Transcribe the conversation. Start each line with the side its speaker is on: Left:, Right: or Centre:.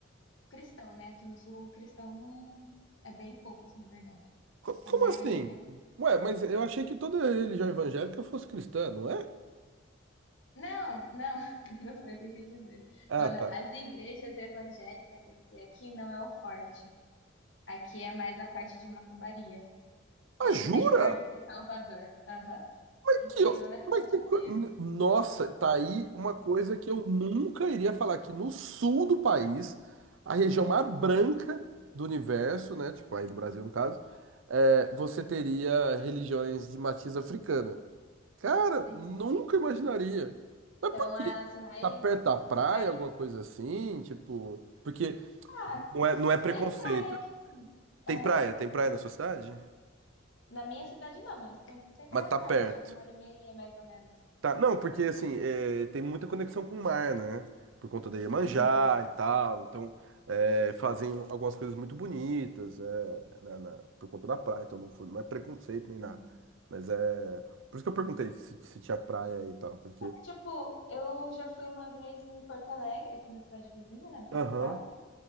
Left: o cristão, né? Aqui no sul, o cristão não. É bem poucos, na verdade.
Right: co-
Left: É
Right: como
Left: mais.
Right: assim?
Left: a-
Right: Ué, mas eu achei que toda religião evangélica fosse cristã, não é?
Left: Não, não, <laughs> não foi isso que eu quis dizer.
Right: Ah,
Left: Quando
Right: tá.
Left: as igrejas evangélicas em si aqui não é o forte. Aqui é mais a parte de macumbaria. É
Right: Ah, jura?
Left: bem pior do que Salvador. Aham.
Right: Aqui,
Left: É incrível,
Right: ó.
Left: né?
Right: Mas
Left: Não sabia.
Right: que co... N- Nossa, tá aí uma coisa que eu nunca iria falar, que no sul do país, a região mais branca
Left: Uhum.
Right: do universo, né? Tipo, aí
Left: Sim.
Right: do Brasil, no caso, é, você teria religiões de matiz africana. Cara,
Left: Sim.
Right: nunca imaginaria. Mas
Left: Então,
Right: por quê?
Left: as mais,
Right: Tá perto da praia,
Left: mais.
Right: alguma coisa assim? Tipo. Porque
Left: Ah,
Right: não é, não é preconceito.
Left: tem praia aqui, sim.
Right: Tem
Left: Aham.
Right: praia, tem praia na sua cidade?
Left: Na minha cidade não, mas tem, tem
Right: Mas
Left: praia
Right: tá
Left: perto,
Right: perto.
Left: tipo, uma hora e meia, mais ou menos.
Right: Tá, não, porque assim, é, tem muita conexão com o mar, né? Por conta da Iemanjá
Left: Uhum.
Right: e tal. Então, é, fazem algumas coisas muito bonitas, é, na- na- por conta da praia. Então, não, foi- não é preconceito nem nada.
Left: Uhum.
Right: Mas é. Por isso que eu perguntei se, se tinha praia e tal. Porque.
Left: Tipo, eu já fui uma vez em Porto Alegre, aqui na cidade vizinha, né, na capital,
Right: Aham.